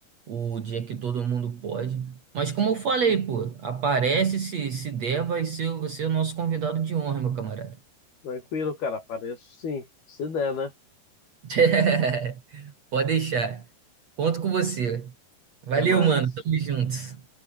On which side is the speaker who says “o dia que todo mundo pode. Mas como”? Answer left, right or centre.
Right